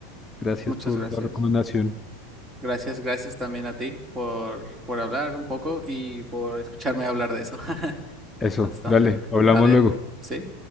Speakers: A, on the left; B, on the right.
A: Gracias
B: Muchas
A: por
B: gracias.
A: la recomendación.
B: Gracias, gracias también a ti por, por hablar un poco y por escucharme hablar de eso. <laughs>
A: Eso,
B: Nos estamos
A: dale,
B: viendo.
A: hablamos
B: ¿Vale?
A: luego.
B: ¿Sí?